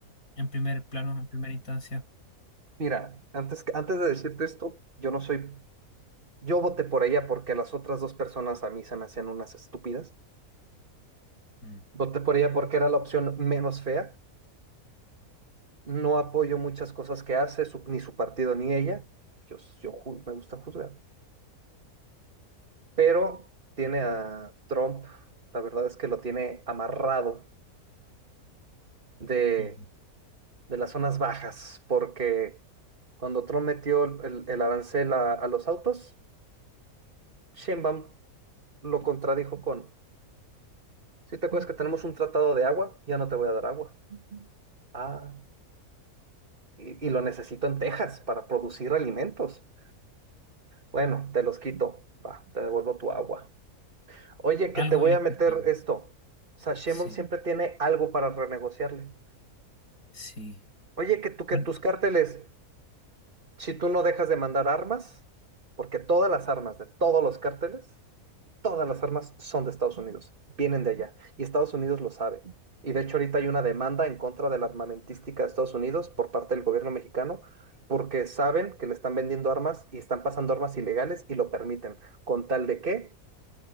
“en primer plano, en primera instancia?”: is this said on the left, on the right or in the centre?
Left